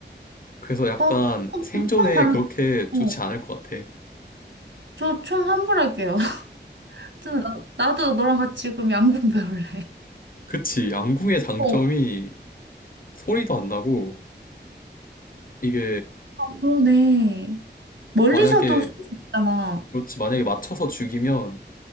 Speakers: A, on the left; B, on the right.
A: 그래서 약간
B: 너총반
A: 생존에 그렇게 좋지
B: 어,
A: 않을 것 같아.
B: 저 총 환불할게요. <laughs> 하여튼 나, 나도 너랑 같이 그럼 양궁 배울래.
A: 그치. 양궁의 장점이
B: 어,
A: 소리도 안 나고 이게
B: 그러네. 멀리서도
A: 만약에
B: 쓸 수 있잖아.
A: 그렇지 만약에 맞춰서 죽이면